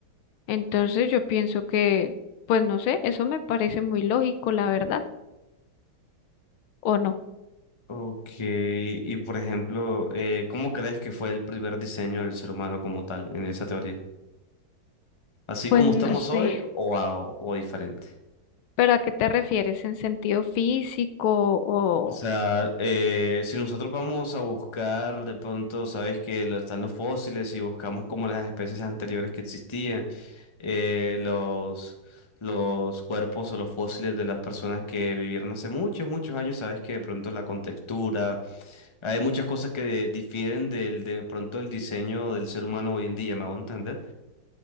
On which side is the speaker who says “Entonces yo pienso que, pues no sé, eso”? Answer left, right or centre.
Left